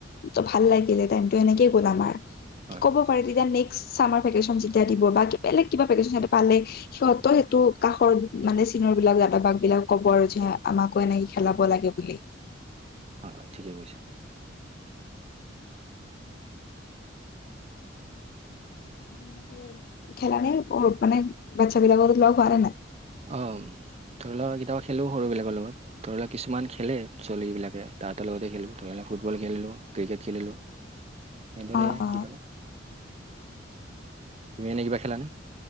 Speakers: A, on the left; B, on the right.
A: ত ভাল লাগিলে টাইমতটো এনেকেই গ'ল আমাৰ।
B: হয়
A: ক'ব পাৰে তেতিয়া নেক্সট চামাৰ ভেকেশ্যচন যেতিয়া দিব বা বেলেগ কিবা ভেকেশ্যচন পালে। সিহত সেইটো কা ঘৰত মানে চিনিয়ৰ বিলাক দাদাবাগ বিলাক ক'ব আৰু যে আমাকো এনেকে খেলাব লাগে বুলি।
B: হয় হয় ঠিকে কৈছা।
A: সেনেকে খেলা নে মানে বাচ্ছা বিলাক লগ হোৱা নে নাই।
B: অ ধৰি লোৱা কেতিয়াবা খেলো সৰুবিলাকৰ লগত, ধৰি লওক কিছুমান খেলে ছোৱালীবিলাকে তাহাঁতৰ লগতে খেলো ধৰি লক ফুটবল খেলিলো ক্ৰিকেট খেলিলো।
A: <inaudible>
B: এনেদৰে
A: অ', অ',
B: কেতিয়াবা। তুমি এনেই কিবা খেলানে।